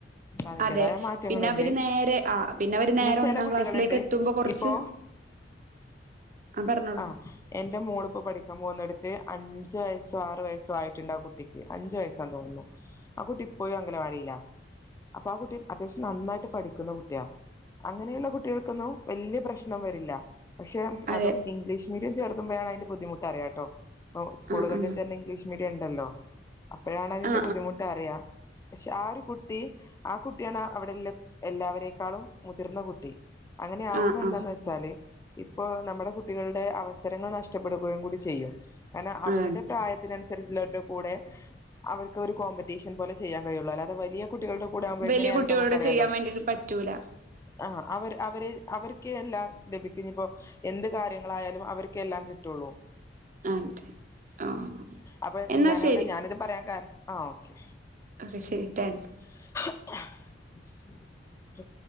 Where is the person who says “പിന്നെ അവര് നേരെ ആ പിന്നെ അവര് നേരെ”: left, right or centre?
Right